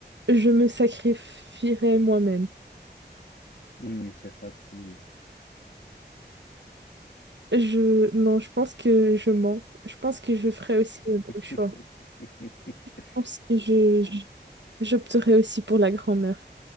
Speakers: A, on the right (about 80°); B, on the left (about 80°).
A: je me sacrifierai moi-même.
B: Hum, c'est facile.
A: Je... Non, je pense que je mens. Je pense que je ferai aussi le même
B: <laughs>
A: choix. Je pense que je, J'opterais aussi pour la grand-mère.